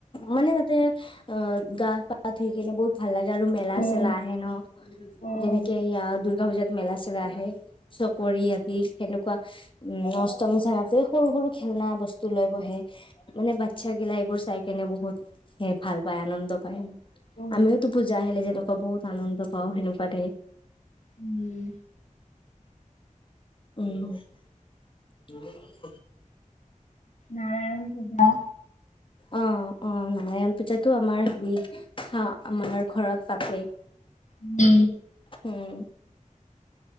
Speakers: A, on the left; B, on the left.
A: মানে মতে অ'। গা পা ধুইকেনে বহুত ভাল লাগে আৰু মেলা
B: উম,
A: চেলা আহে ন'
B: উম,
A: যেনেকে সেয়া দুৰ্গা পূজাত মেলা চেলা আহে চকৰি আদি। এনেকুৱা উম অষ্টমী চাৰাটো সৰু সৰু খেলনা বস্তু লৈ বহে, মানে বাচ্চা গিলাই এইবোৰ চাই এনে বহুত সেই ভাল পায়, আনন্দ পায়।
B: উম,
A: আমিওতো পূজা আহিলে যেনেক বহুত আনন্দ পাওঁ সেনেকুৱা দে
B: উম,
A: উম। উম। <inaudible>
B: নাৰায়ণ পূজা।
A: অ', অ', নালাগে। পূজাতো আমাৰ হেৰী। অ'। আমাৰ ঘৰত পাতে,
B: উম
A: উম।